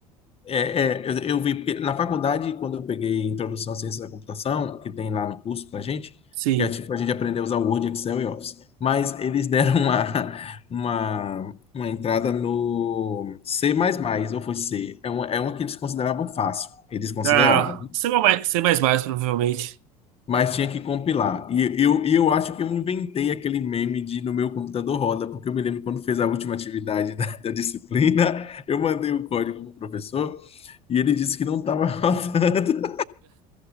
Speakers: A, on the left; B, on the right.
A: É, é, eu, eu vi, porque na faculdade, quando eu peguei Introdução à Ciência da Computação, que tem lá no curso pra gente,
B: Sim.
A: que é tipo, a gente aprendeu a usar Word, Excel e Office, mas eles <laughs> deram uma, uma, uma entrada no C++, ou foi C, é uma, é uma que eles consideravam fácil, eles consideraram,
B: Ah,
A: né?
B: C++, C++, provavelmente.
A: mas tinha que compilar. E eu, e eu acho que eu inventei aquele meme de no meu computador roda, porque eu me lembro quando fez a última atividade <laughs> da da disciplina, eu mandei o código pro professor, e ele disse que não estava <laughs> rodando.